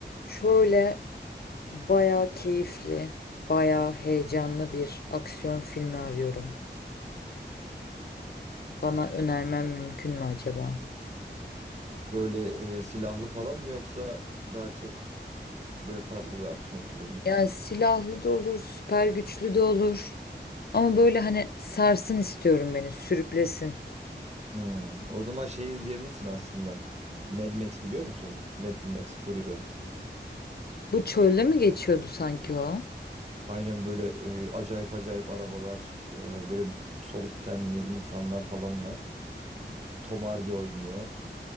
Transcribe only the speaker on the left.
Şöyle bayağı keyifli, bayağı heyecanlı bir aksiyon filmi arıyorum. Bana önermen mümkün mü acaba?
Yani silahlı da olur, süper güçlü de olur. Ama böyle hani sarsın istiyorum beni, sürüklesin.
Bu çölde mi geçiyordu sanki o?